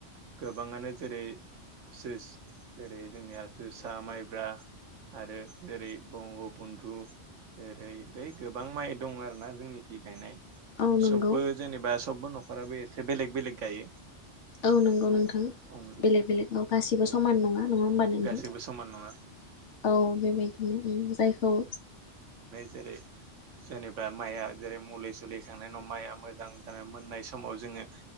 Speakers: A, on the right; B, on the left.
A: गोबाङानो जेरै-जोस जेरै-जोंनिया जोसा, माइब्रा आरो जेरै-बंग' बन्धु जेरै- बै गोबां माइ दं आरोना जोंनिखि गायनाय।
B: औ नंगौ
A: सबबो जेनेबा। सबबो न'खराबो एसे बेलेग-बेलेग गायो।
B: औ नंगौ
A: उम
B: नोंथां
A: उम
B: बेलेग-बेलेग औ गासिबो
A: उम
B: समान नङा-नङा होमबा नोंथां
A: गासैबो समान नङा
B: औ बेबायदिनो जायखौ।
A: जेरै-जेनेबा माइआ जेरै-मुलि-सुलि होखांनायनि उनाव माइआ मोजां। दाना मोननाय समाव जोङो